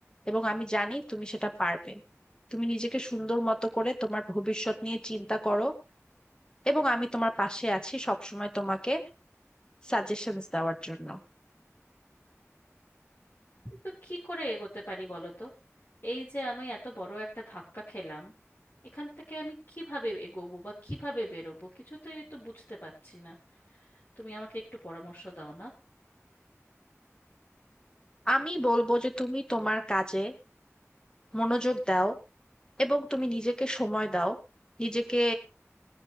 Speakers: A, on the left (about 15°); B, on the left (about 45°).
A: এবং আমি জানি তুমি সেটা পারবে তুমি নিজেকে সুন্দর মতো করে তোমার ভবিষ্যৎ নিয়ে চিন্তা করো এবং আমি তোমার পাশে আছি সবসময় তোমাকে সাজেশনস দেওয়ার জন্য
B: কিন্তু কি করে এগোতে পারি বলো তো এই যে আমি এত বড় একটা ধাক্কা খেলাম এখান থেকে আমি কিভাবে এগোবো বা কিভাবে বেরোবো কিছুতেই তো বুঝতে পারছি না তুমি আমাকে একটু পরামর্শ দাও না
A: আমি বলবো যে তুমি তোমার কাজে মনোযোগ দাও এবং তুমি নিজেকে সময় দাও নিজেকে